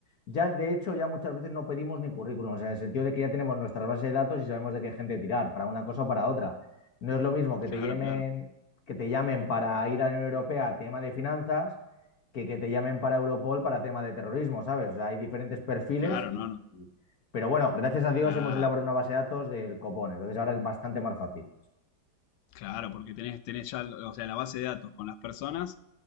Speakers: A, on the left (about 50°); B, on the left (about 85°).
A: ya de hecho, ya muchas veces no pedimos ni currículums, en el sentido de que ya tenemos nuestras bases de datos y sabemos de qué gente tirar, para una cosa o para otra. No es lo mismo que
B: claro,
A: te llamen,
B: claro,
A: que te llamen para ir a la Unión Europea a tema de finanzas que que te llamen para Europol para tema de terrorismo, ¿sabes? O sea, hay diferentes perfiles
B: claro,
A: y
B: no, no,
A: pero bueno, gracias a Dios
B: claro.
A: hemos elaborado una base de datos del copón, entonces ahora es bastante más fácil.
B: Claro, porque tenés, tenés ya, o sea, la base de datos con las personas,